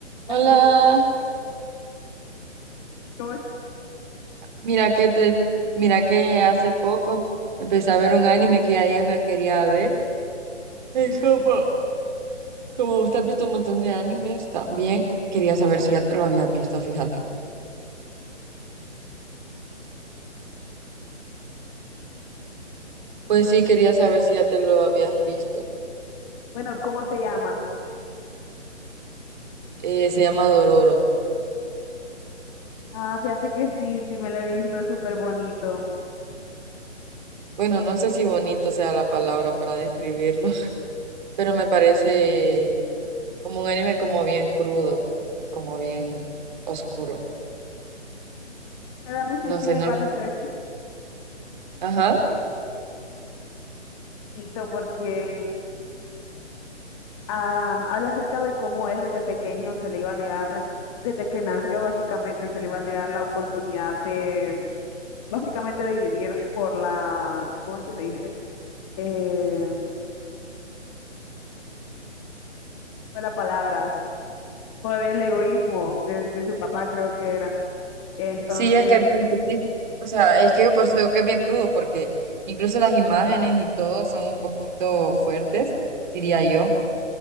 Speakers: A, on the right; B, on the left.
A: Hola,
B: ¿Las viste? ¿Cómo es?
A: mira que te, mira que hace poco empecé a ver un anime que ya días me quería ver. Es como, como usted ha visto un montón de animes también, quería saber si ya te lo habías visto, fíjate. Pues sí, quería saber si ya te lo habías visto.
B: Bueno, ¿cómo se llama?
A: Eh, se llama Dororo.
B: Sí. Ah, fíjate que sí, sí me lo he visto, es súper bonito.
A: Bueno, no sé si bonito sea la palabra para describirlo, <laughs> pero me parece como un anime como bien crudo y como bien oscuro.
B: Para mí sí,
A: No
B: sí
A: sé,
B: me
A: no
B: parece
A: lo...
B: <laughs>
A: Ajá.
B: bonito porque ah, habla acerca de cómo él desde pequeño se le iba a negar, desde que nació básicamente se le iba a negar la oportunidad de, básicamente de vivir por la, ¿cómo es que se dice? eh, fue la palabra, por el egoísmo de, de su papá, creo que era. Entonces,
A: Sí, es que es bien triste. O sea, es que por eso digo que es bien crudo, porque incluso las imágenes y todo son un poquito fuertes, diría yo.